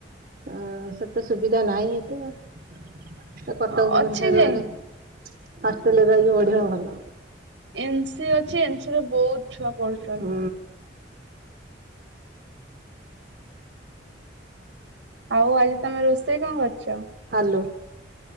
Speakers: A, on the right; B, on the right.
A: ଅ ସେତେ ସୁବିଧା ନାହିଁ ଏତେ ଆଉ। ସେ କଟକ
B: ହଁ
A: ଭୁବନେଶ୍ଵର
B: ଅଛି ଯେ
A: ଆଡେ ହଷ୍ଟେଲରେ ରହିକି ପଢ଼ିବ ଭଲ।
B: ଏନ ସି ଅଛି ଏନ ସି ରେ ବହୁତ୍ ଛୁଆ ପଡୁଚ
A: ହଁ।
B: ଆଉ ଆଜି ତମେ ରୋଷେଇ କଣ କରିଚ?
A: ହାଲୋ।